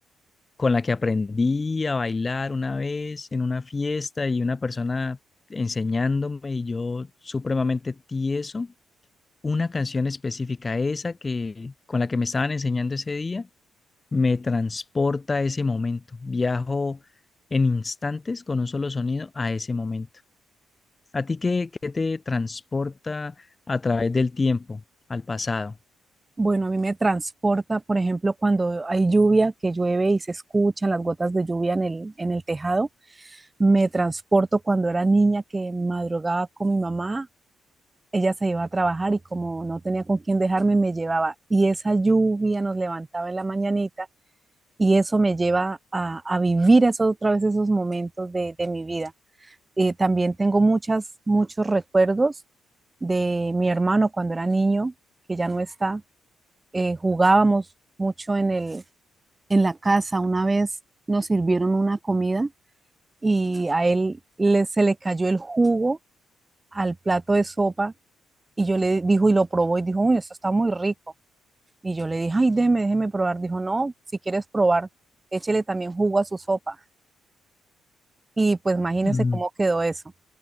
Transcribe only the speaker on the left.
con la que aprendí a bailar una vez en una fiesta y una persona enseñándome y yo supremamente tieso, una canción específica, esa que con la que me estaban enseñando ese día me transporta a ese momento. Viajo en instantes con un solo sonido a ese momento. ¿A ti qué, qué te transporta a través del tiempo, al pasado?
Mm,